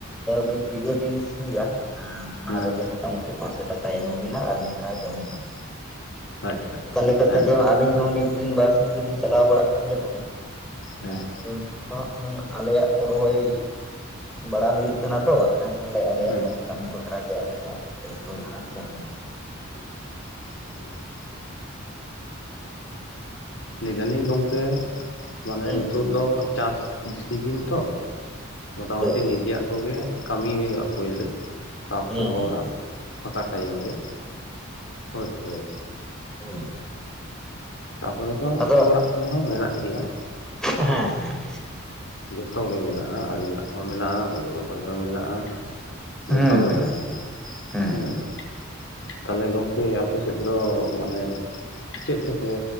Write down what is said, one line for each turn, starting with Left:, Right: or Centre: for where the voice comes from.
Centre: ᱢᱤᱫ ᱵᱤᱜᱷᱟᱹ ᱵᱤᱱ ᱥᱤᱭᱟ ᱚᱱᱟᱨᱮ
Left: ᱦᱩᱸ
Centre: ᱡᱮᱢᱚᱱ ᱢᱳᱴᱮ ᱯᱟᱸᱥᱥᱚ ᱴᱟᱠᱟᱭ ᱮᱢᱟ ᱵᱤᱱᱟ ᱟᱨ ᱢᱤᱫ ᱫᱷᱟᱣ ᱡᱚᱢ ᱮᱢᱟ ᱵᱤᱱᱟ᱾
Left: ᱟᱪᱪᱷᱟ
Centre: ᱚᱱᱠᱟ ᱞᱮᱠᱟ
Left: ᱦᱮᱸ
Centre: ᱛᱮᱜᱮ ᱟᱞᱤᱧ ᱦᱚᱸ ᱢᱤᱫ ᱫᱤᱱ ᱵᱟᱨᱥᱤᱧ ᱫᱚᱞᱤᱧ ᱪᱟᱞᱟᱣ ᱵᱟᱲᱟᱜ ᱠᱟᱱ ᱜᱮ ᱛᱟᱦᱮᱸᱫ᱾
Left: ᱦᱮᱸ
Centre: ᱟᱫᱚ ᱱᱤᱛᱳᱜ ᱫᱚ ᱦᱟᱸᱜ ᱠᱷᱟᱱ ᱟᱞᱮᱭᱟᱜ ᱠᱚ ᱨᱚᱦᱚᱭ ᱵᱟᱲᱟᱭ ᱦᱩᱭᱩᱜ ᱠᱟᱱᱟ ᱛᱚ ᱠᱷᱟᱱ ᱛᱟᱦᱚᱞᱮ ᱟᱞᱮᱭᱟᱜ
Left: ᱦᱩᱸ
Centre: ᱱᱚᱣᱟ ᱠᱟᱹᱢᱤ ᱵᱟᱠᱷᱟᱜᱮ ᱟᱹᱞᱤᱧ ᱫᱚ ᱵᱮᱥᱛᱚ ᱫᱷᱟᱨᱟ ᱢᱮᱱᱟᱜ ᱞᱤᱧᱟ᱾
Left: <unintelligible> ᱞᱟᱹᱭ ᱫᱟᱞᱤᱧ ᱜᱚᱝᱠᱮ ᱢᱟᱱᱮ
Centre: ᱦᱩᱸ
Left: ᱱᱤᱛᱚᱜ ᱫᱚ ᱪᱟᱥ ᱥᱤᱡᱤᱱ ᱛᱚ᱾ ᱢᱳᱴᱟᱢᱩᱴᱤ
Centre: ᱦᱩᱸ
Left: ᱱᱤᱡᱮᱨᱟᱜ ᱠᱚᱜᱮ ᱠᱟᱹᱢᱤ ᱦᱩᱭᱩᱜ-ᱟ ᱯᱳᱭᱞᱳ ᱛᱟᱨᱯᱚᱨᱮ
Centre: ᱦᱩᱸ
Left: ᱦᱚᱲᱟᱜ
Centre: ᱦᱩᱸ
Left: ᱯᱷᱟᱠᱟ ᱴᱟᱭᱤᱢ ᱨᱮ ᱵᱩᱡᱽ ᱠᱮᱫᱟ ᱵᱤᱱ᱾
Centre: ᱦᱩᱸ
Left: ᱛᱟᱯᱚᱨᱮ ᱛᱚ
Centre: ᱟᱫᱚ
Left: ᱚᱲᱟᱜ ᱠᱷᱚᱱ ᱢᱮᱱᱟᱜ ᱜᱮᱭᱟ᱾
Centre: ᱦᱮᱸ
Left: ᱡᱚᱛᱚ ᱜᱮ ᱢᱮᱱᱟᱜ-ᱟ ᱟᱲᱮ ᱞᱟᱜ ᱦᱚᱸ ᱢᱮᱱᱟᱜ-ᱟ, ᱦᱩᱲᱩ ᱨᱚᱦᱚᱭ ᱦᱚᱸ ᱢᱮᱱᱟᱜ-ᱟ᱾ ᱡᱚᱛᱚᱜᱮ
Centre: ᱦᱮᱸ ᱦᱮᱸ ᱦᱩᱸ ᱦᱩᱸ
Left: ᱢᱮᱱᱟᱜ-ᱟ
Centre: ᱦᱩᱸ
Left: ᱦᱮᱸ
Centre: ᱦᱩᱸ
Left: ᱾ ᱛᱟᱦᱚᱞᱮ ᱜᱚᱝᱠᱮ ᱟᱯᱮ ᱥᱮᱫ ᱫᱚ ᱢᱟᱱᱮ ᱪᱮᱫ ᱛᱮᱯᱮ